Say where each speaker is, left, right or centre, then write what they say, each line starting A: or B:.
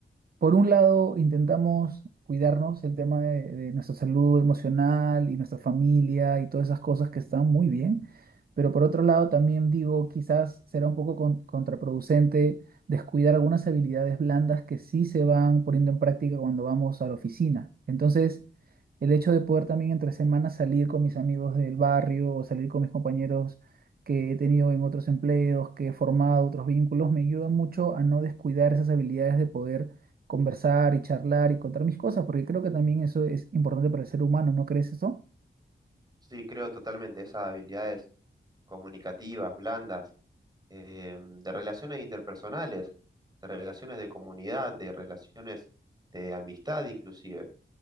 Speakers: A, on the right; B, on the right.
A: Por un lado, intentamos cuidarnos el tema de, de nuestra salud emocional y nuestra familia y todas esas cosas que están muy bien, pero por otro lado también digo, quizás será un poco con- contraproducente descuidar algunas habilidades blandas que sí se van poniendo en práctica cuando vamos a la oficina. Entonces, el hecho de poder también entre semanas salir con mis amigos del barrio o salir con mis compañeros que he tenido en otros empleos, que he formado otros vínculos, me ayuda mucho a no descuidar esas habilidades de poder conversar y charlar y contar mis cosas, porque creo que también eso es importante para el ser humano, ¿no crees eso?
B: Sí, creo totalmente esas habilidades comunicativas, blandas, eh, de relaciones interpersonales, de relaciones de comunidad, de relaciones de amistad inclusive,